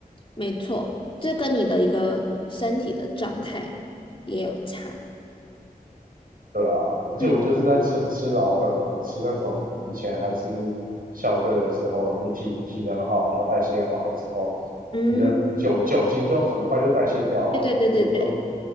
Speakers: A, on the left; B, on the right.
A: 没错，这跟你的一个身体的状态也有差。
B: 对啊，而且我就是在吃吃老本嘛，
A: 嗯
B: 吃那种以前还是校队的时候，你体体能好，然后代谢好的时候，
A: 嗯，
B: 你的酒酒精就很快就代谢掉了啊所以就
A: 对对对对对，